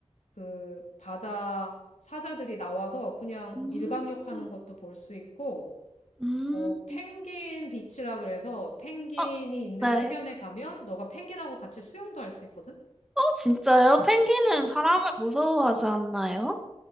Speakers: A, on the left (about 85°); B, in the centre.
A: 그 바다 사자들이 나와서 그냥
B: 음.
A: 일광욕 하는 것도 볼 수 있고
B: 음.
A: 어 펭귄 비치라 그래서 펭귄이
B: 어,
A: 있는
B: 네.
A: 해변에 가면 너가 펭귄하고 같이 수영도 할 수 있거든.
B: 어, 진짜요? 펭귄은 사람을 무서워하지 않나요?